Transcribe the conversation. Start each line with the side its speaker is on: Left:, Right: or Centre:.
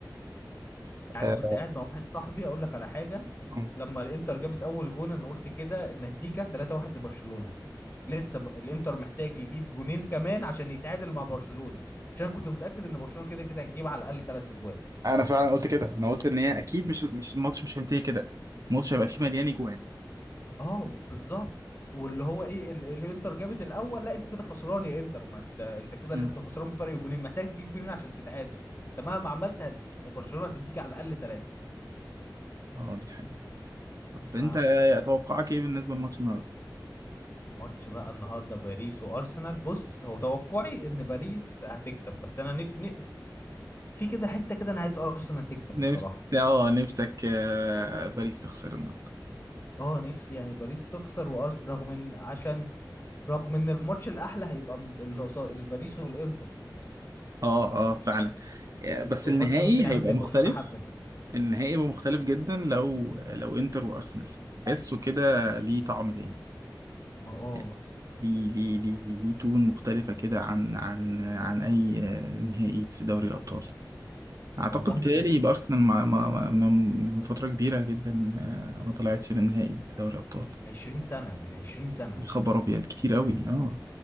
Left: يعني
Right: آه.
Left: كنت قاعد مع واحد صاحبي اقول لك على حاجة
Right: م.
Left: لما الانتر جابت اول جون انا قلت كده النتيجة 3-1 لبرشلونة لسه ب... الانتر محتاج يجيب جونين كمان عشان يتعادل مع برشلونة عشان كنت متأكد ان برشلونة كده كده هتجيب على الاقل ثلاث اجوان
Right: انا فعلا قلت كده انا قلت ان هي اكيد مش مش الماتش مش هينتهي كده الماتش هيبقى فيه مليان اجوان
Left: اه بالظبط واللي هو ايه ال... الانتر جابت الاول لا انت كده خسران يا انتر ما ت... انت كده
Right: م.
Left: اللي انت خسران بفرق جونين محتاج تجيب جونين عشان تتعادل انت مهما عملت هت... برشلونة هتديك على الاقل ثلاثة
Right: اه دي حقيقة طب
Left: ف
Right: انت توقعك ايه بالنسبة للماتش النهارده
Left: ماتش بقى النهارده باريس وارسنال بص هو توقعي ان باريس هتكسب بس انا ن... ن... في كده حته كده انا عايز ارسنال تكسب
Right: نفس
Left: الصراحه
Right: اه نفسك آه، باريس تخسر النهارده
Left: اه نفسي يعني باريس تخسر وارس رغم ان عشان رغم ان الماتش الاحلى هيبقى م- اللي قصاد الباريس والانتر
Right: اه اه فعلا آه،
Left: هيبقى
Right: بس النهائي
Left: ماتش ممكن
Right: هيبقى
Left: عامل زي
Right: مختلف
Left: برشلونة حبة كده
Right: النهائي هيبقى مختلف جدا لو لو انتر وارسنال تحسه كده ليه طعم تاني
Left: ما اه
Right: يعني ليه ليه ليه ليه تون مختلفة كده عن عن عن أي آه، نهائي في دوري الأبطال أعتقد
Left: والله
Right: بيتهيألي
Left: هي
Right: يبقى أرسنال مع- مع- مع- من فترة كبيرة جدا آه، ما طلعتش للنهائي دوري الأبطال
Left: 20 سنة من 20 سنة
Right: يا خبر أبيض كتير أوي اه